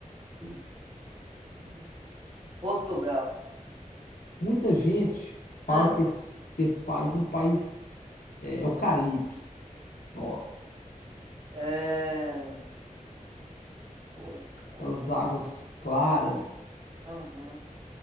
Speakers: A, on the right; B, on the left.
A: putz, também. Portugal.
B: Muita gente fala
A: Hum,
B: que esse, que esse país é um país, é é o Caribe, ó.
A: é... Pô, eu, cara,
B: Aquelas águas claras.
A: aham.